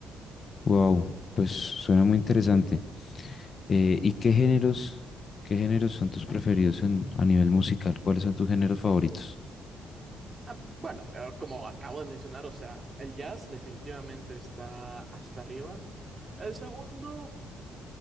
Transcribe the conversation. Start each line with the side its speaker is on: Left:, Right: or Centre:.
Left: Wow, pues suena muy interesante. Eh, ¿y qué géneros, qué géneros son tus preferidos en- a nivel musical? ¿Cuáles son tus géneros favoritos?
Right: Ah, bueno, eh, como acabo de mencionar, o sea, el jazz definitivamente está hasta arriba. El segundo